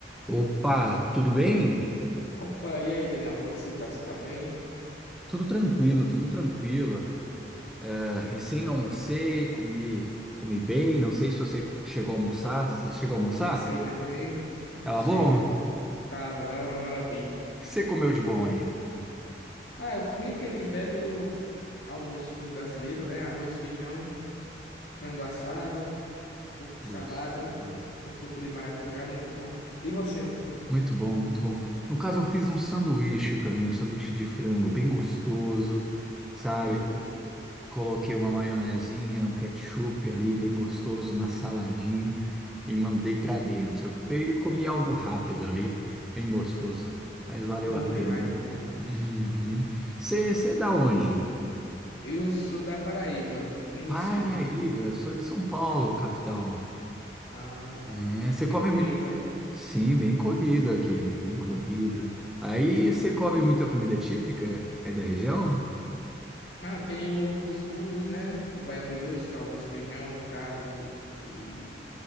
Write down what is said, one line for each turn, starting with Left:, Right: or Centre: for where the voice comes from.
Centre: Opa, tudo bem?
Left: Opa, e aí, Daniel, como é que você tá? Você tá bem?
Centre: Tudo tranquilo, tudo tranquilo. Ah, recém almocei, comi, comi bem. Não sei se você chegou a almoçar. Você chegou a almoçar?
Left: Almocei também.
Centre: Tava
Left: Almocei
Centre: bom?
Left: muito
Centre: O
Left: bem. Tava, tava uma maravilha.
Centre: que você comeu de bom aí?
Left: Ah, eu comi aquele velho almoço do brasileiro, né? Arroz, feijão, frango assado, um pouco de salada,
Centre: Gostoso.
Left: um suco de maracujá, muito bom. E você?
Centre: Muito bom, muito bom. No caso, eu fiz um sanduíche pra mim, um sanduíche de frango, bem gostoso, sabe?
Left: Bom demais.
Centre: Coloquei uma maionezinha, um ketchup ali, bem gostoso, uma saladinha. e mandei para dentro. Eu comi algo rápido ali, bem gostoso, mas valeu
Left: Bom
Centre: a pena.
Left: demais, bom demais.
Centre: Uhum. Você é da onde?
Left: Eu sou da Paraíba. E você?
Centre: Paraíba, eu sou de São Paulo, capital.
Left: Ah,
Centre: É, Você
Left: bem
Centre: come
Left: corrido
Centre: muito.
Left: ainda.
Centre: Sim, bem corrido aqui, bem corrido. Aí você come muita comida típica aí da região?
Left: Ah, tem o cuscuz, né? O baião de dois, que é o arroz, feijão, carne e